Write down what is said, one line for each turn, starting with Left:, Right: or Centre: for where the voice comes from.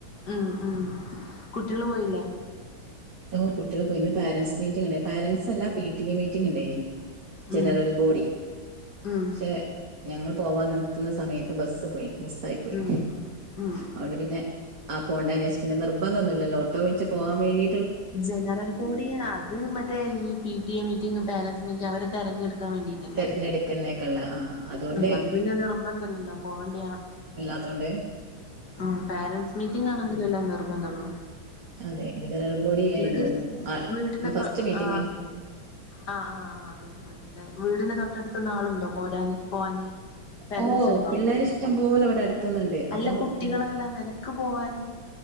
Left: ഉം ഉം കുട്ടികള് പോയില്ലേ
Right: ഓ കുട്ടികള് പോയി ഇന്ന് പാരന്റ്സ് മീറ്റിംഗ് ഉണ്ട് പാരന്റ്സ് അല്ല പി ടി എ മീറ്റിംഗ് ഉണ്ടേനി ജനറൽ
Left: ഉം
Right: ബോഡി
Left: ഉം
Right: പക്ഷെ ഞങ്ങൾ പോവാ നിക്കുന്ന സമയത്ത് ബസ് പോയി മിസ്സായി പോയി
Left: ഉം ഉം
Right: അതുകൊണ്ട് പിന്നെ അ പോണ്ട വിചാരിച്ച് പിന്ന നിർബന്ധ ഒന്നുല്ലല്ലോ ഓട്ടോ വിളിച്ച് പോവാൻവേണ്ടി
Left: ജനറൽ ബോഡി അത് മറ്റേ ഈ P T A meeting parents meeting അവരെ തെരഞ്ഞെടുക്ക ൻ വേണ്ടിട്ടല്ലേ
Right: തെരഞ്ഞെടുക്കുന്നേക്കുള്ള ആ അതുകൊണ്ട്
Left: അത് പിന്നെ നിർബന്ധല്ലല്ലോ പോവണ്ട
Right: അതോണ്ടേ
Left: ആ പാരന്റ്സ് മീറ്റിംഗ് ആണെങ്കിൽ അല്ലേ നിർബന്ധള്ളു
Right: അതെ ഇത് ജനറൽ ബോഡി ആയിരുന്നു
Left: എനിക്ക്
Right: ആ
Left: വീട്ടന്റെ
Right: ഇത് ഫസ്റ്റ് മീറ്റിംഗ്
Left: ആ ആ ആ ആ വീടിന്റെ തൊട്ടടുത്ത്ന്ന് ആളുണ്ടോ പോരാന് പോവാന് പേരന്റ്സ്
Right: ഓ
Left: ഉണ്ടോ
Right: പിള്ളേർ ഇഷ്ടം പോലെ ഇവിടെ അടുത്തുന്നുണ്ട്
Left: അല്ല
Right: അപ്പൊ
Left: കുട്ടികളല്ലാതെ
Right: ഉം
Left: ക്ക് പോവാന്